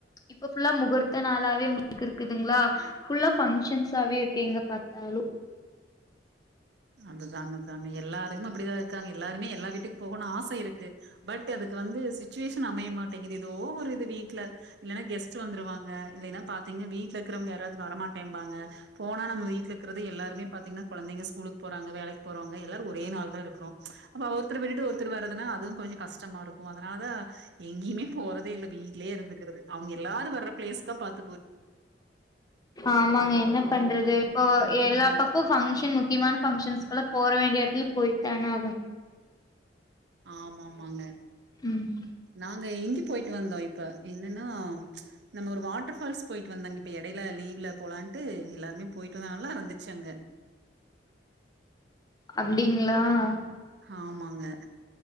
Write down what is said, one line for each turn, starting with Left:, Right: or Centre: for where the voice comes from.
Left: இப்ப ஃபுல்லா முகூர்த்த நாளாவே உங்க க்கு இருக்குதுங்களா ஃபுல்லா பங்க்ஷன்ஸாவே இருக்கு எங்க பாத் தாலு
Right: அதுதாங்க அதாங்க எல்லாரும் அப்படிதா இருக்காங்க எல்லாருமே <unintelligible> டு போகனு ஆசை இருக்கு பட் அதுக்கு வந்து சிச் சுவேஷன் அமைய மாட்டேங்குது ஏதோ ஒரு இது வீட்ல இல்லன்னா கெஸ்ட் வந்துருவாங்க இல்லைன்னா பாத்தீங்கனா வீட் க்கரவுங்க யாராவது வரமாட்டேன்ம்பாங்க போனா நம்ம வீட்ல இருக்கறது எல்லாருமே பாத்தீங்கன்னா கொழந்தைங்க ஸ்கூலுக் வேலைக்கு போறவங்க எல்லாரு ஒரே நாள் தான் இருக்கறோ அப்ப ஒருத்தர விட்டுட்டு ஒருத்தர் வரதுன்னா அஹ் அதுவு கொஞ்ச கஷ்டமா இருக்கு அதனால தா எங்கேயுமே போறதே இல்ல வீட்லே இருந்துக்கறது அவங்க எல்லாரு வர்ற பிளேஸ்கா பாத்
Left: ஆமாங்க என்ன பண்றது இப்ப எல்லா
Right: நாங்க
Left: பக்க பங்க்ஷன் முக்கியமான பங்க்ஷன்ஸ்க்கலா போர வேண்டிய எடத்ல எல்ல போய்த்தான
Right: ஆமாமாங்க
Left: ம்
Right: நாங்க இங்கு போயிட்டு வந்தோ இப்ப என்னன்னா நம்ம ஒரு வாட் ட்டர்ஃபால்ஸ் போயிட்டு வந்தங்க இப்ப எடை யில லீவ்ல போலான்ட்டு எல்லாருமே போயிட்டோ நல்லா இருந்துச்சு அங்க
Left: அப்டிங்ளா ஆஹ்
Right: ஆமாங்க